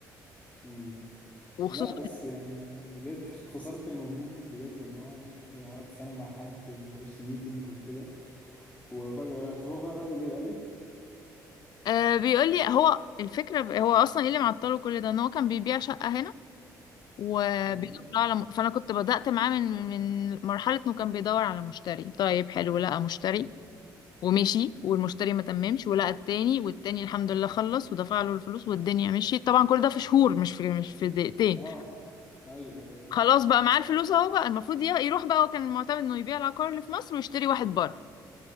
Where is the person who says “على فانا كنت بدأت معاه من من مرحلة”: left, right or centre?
Left